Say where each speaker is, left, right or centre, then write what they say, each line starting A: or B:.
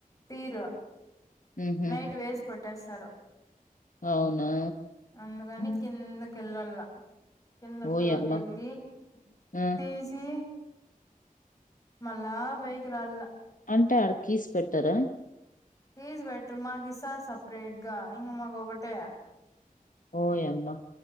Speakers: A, on the left (about 20°); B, on the left (about 65°).
A: తీరు
B: ఉహ్మ్
A: నైట్ వేసి పెట్టేస్తారు
B: అవునా
A: అందుకని
B: ఉమ్,
A: కిందకెల్లలా కింద
B: ఓయమ్మ
A: ఫ్లోర్ కెళ్ళి
B: ఆ
A: తీసి మళ్ళా పైకి రాల్లా
B: అంటే అడకీస్ పెట్టరా
A: కిజ్ బెటర్ మాకిసార్ సపరేట్గా ఇంగ మాకు ఒకటే
B: ఓ యమ్మ